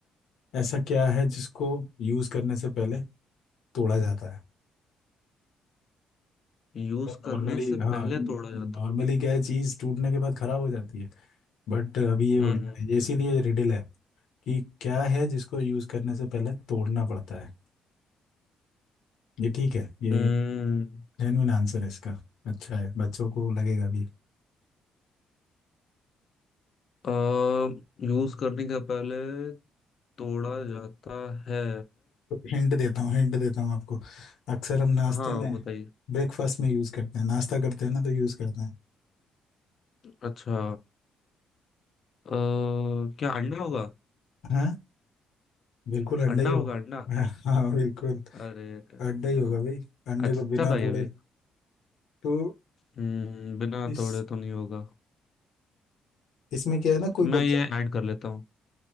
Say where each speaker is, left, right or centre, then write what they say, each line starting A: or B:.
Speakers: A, on the left; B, on the left.
A: ऐसा क्या है जिसको यूज करने से पहले तोड़ा जाता है
B: यूज
A: नॉर्मली
B: करने से
A: हाँ
B: पहले तोड़ा जाता
A: नॉर्मली क्या है चीज टूटने के बाद खराब हो जाती है बट अभी ये
B: है
A: उल्टा
B: हम्म
A: है ये इसीलिए रिडल है कि क्या है जिसको यूज करने से पहले तोड़ना पड़ता है ये ठीक है ये
B: हम्म
A: जेन्युइन आंसर है इसका अच्छा है बच्चों को लगेगा भी
B: हम्म यूज करने के पहले तोड़ा जाता है
A: हिंट देता हूँ हिंट देता हूँ आपको अक्सर हम नाश्ते
B: हाँ
A: में
B: बताइए
A: ब्रेकफास्ट में यूज करते हैं नाश्ता करते हैं ना तो यूज करते हैं
B: अच्छा अ, क्या अंडा होगा
A: हाँ बिल्कुल अंडा
B: अंडा
A: ही होगा
B: होगा अंडा
A: हाँ बिल्कुल
B: अरे हाँ,
A: अंडा ही होगा भाई अंडे
B: अच्छा
A: को बिना
B: था ये
A: तोड़े
B: भी
A: तो
B: हम्म बिना
A: इस
B: तोड़े तो नहीं होगा
A: इसमें क्या है ना कोई
B: मैं
A: बच्चा
B: ये ऐड कर लेता हूँ